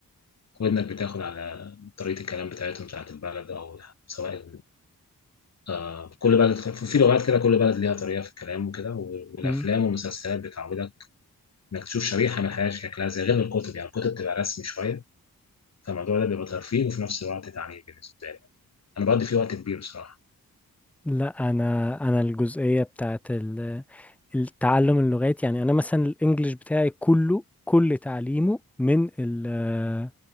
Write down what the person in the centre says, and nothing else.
مم.
لا انا انا الجزئية بتاعت ال... التعلم اللغات يعني انا مثلا الانجليش بتاعي كله كل تعليمه من ال-